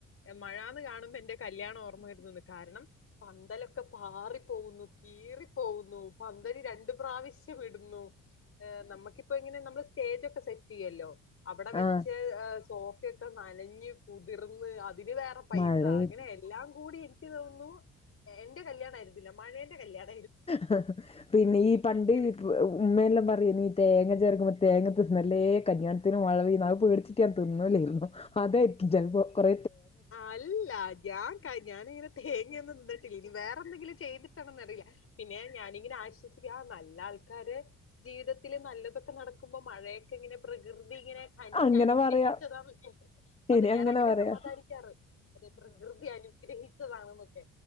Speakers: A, on the left; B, on the left.
A: മഴാന്ന് കാണുമ്പോ എന്റെ കല്യാണം ഓർമ്മ വരുന്നുന്ന് കാരണം പന്തലൊക്കെ പാറി പോകുന്നു കീറി പോകുന്നു പന്തല് രണ്ട് പ്രാവശ്യം ഇടുന്നു ഏ നമുക്കിപ്പോ ഇങ്ങനെ നമ്മള് സ്റ്റേജൊക്കെ സെറ്റ് ചെയ്യല്ലോ അവിടെ വെച്ച്
B: ആഹ്
A: സോ ഒക്കെ നനഞ്ഞ് കുതിർന്ന് അതിന് വേറെ പൈസ
B: മഴയും
A: അങ്ങനെ എല്ലാം കൂടി എനിക്ക് തോന്നുന്നു എന്റെ കല്യാണ ആയിന്നില്ല മഴേന്റെ കല്യാണ
B: ഹഹ പിന്നെ ഈ പണ്ട്
A: അങ്ങനെ
B: ഉമ്മയെല്ലാം പറയ നീ തേങ്ങ ചേരക്കുമ്പോ തേങ്ങ തിന്നല്ലേ കല്യാണത്തിനും വളവി പേടിച്ചട്ട് ഞാൻ തിന്നലായിരുന്നു അതായിരിക്കും ഞാനപ്പോ കൊറ
A: അല്ല ഞാൻ ഞാനിങ്ങനെ തേങ്ങൊന്നും നിന്നിട്ടില്ല ഇനി വേറെന്തെങ്കിലും ചെയ്തിട്ടാണെന്ന റിയില്ല പിന്നെ ഞാനിങ്ങനെ ആശ്വസിക്കാ നല്ല ആൾക്കാര് ജീവിതത്തില് നല്ലതൊക്കെ നടക്കുമ്പോ മ ഴയക്കെ ഇങ്ങനെ പ്രകൃതി ഇങ്ങനെ കനിഞ്ഞ്
B: അങ്ങനെ
A: അനുഗ്രഹിച്ചതാക്കെ
B: പറയാം
A: അത്
B: ഇനി
A: ഞാൻ അങ്ങനെ
B: പറയാം
A: സമദാനി കാറ് അതെ പ്രകൃതി അനുഗ്രഹിച്ചതാണെന്നൊക്കെ